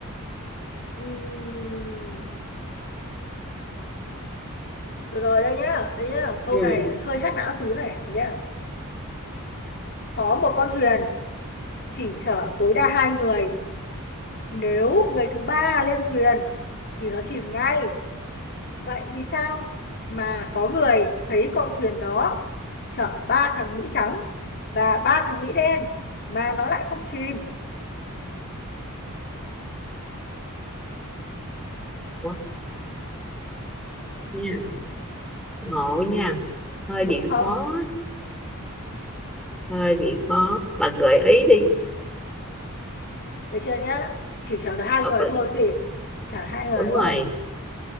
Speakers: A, on the left; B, in the centre.
A: Ừm, được rồi đây nhá đây nhá câu
B: ừ
A: này hơi hack não xíu này được nhá có một con thuyền chỉ chở tối đa hai người nếu người thứ ba lên thuyền thì nó chìm ngay Vậy vì sao mà có người thấy con thuyền đó chở ba thằng Mỹ trắng và ba thằng Mỹ đen mà nó lại không chìm?
B: Ủa, nha ngộ nha hơi
A: Ngộ
B: bị
A: không?
B: khó hơi bị khó bà gợi ý đi
A: Được chưa nhá? Chỉ chở được hai
B: ờ,
A: người
B: bà,
A: thôi gì? Chở hai người
B: đúng
A: đúng
B: rồi
A: không?